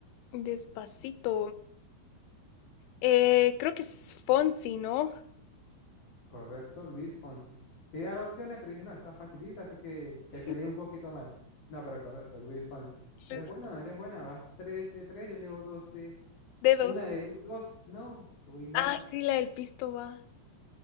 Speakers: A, on the left; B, on the left.
A: Despacito. Eh, creo que es Fonsi, ¿no?
B: Correcto, Luis Fonsi. Te iba a dar opciones, pero dije, no, está facilita, así que que peleé
A: <laughs>
B: un poquito más. No, pero correcto, Luis Fonsi. Eres
A: Los
B: buena, eres buena, vas 3 de tres yo llevo 2 de...
A: dedos.
B: Una de 2 no, voy mal.
A: Ah, sí, la del pisto va.